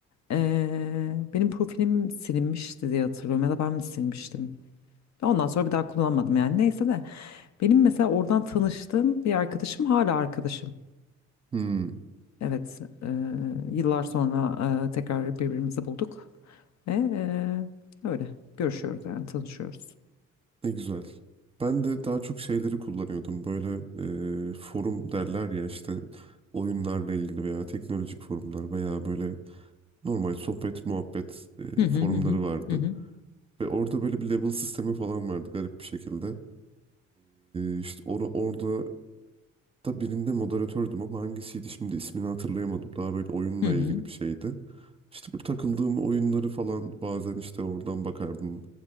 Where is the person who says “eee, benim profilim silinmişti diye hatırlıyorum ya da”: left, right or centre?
Left